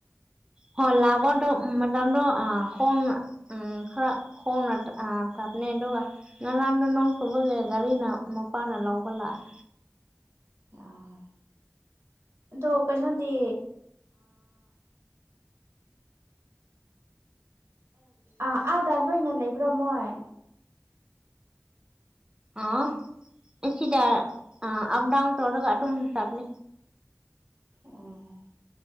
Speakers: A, on the right; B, on the right.
A: ꯍ ꯂꯚꯗ ꯇꯣ ꯑ ꯎꯝ ꯈꯔ ꯈꯣꯡꯅ ꯑ ꯇꯥꯞꯅꯦ ꯉꯔꯥꯟꯅ ꯅꯣꯡ ꯁꯨꯕꯒ ꯒꯥꯔꯤꯅ ꯃꯄꯥꯅ ꯂꯧꯕ ꯂꯥꯛꯑꯦ
B: ꯑꯥ ꯑꯗꯣ ꯀꯩꯅꯣꯗꯤ ꯑꯦ ꯑꯥꯗ ꯂꯣꯏꯅ ꯂꯩꯕ꯭ꯔꯣꯃꯣꯏ
A: ꯑꯥ ꯁꯤꯗ ꯑꯞꯗꯥꯟ ꯇꯧꯔꯒ ꯑꯗꯨꯝ ꯇꯥꯕꯅꯦ
B: ꯑꯣ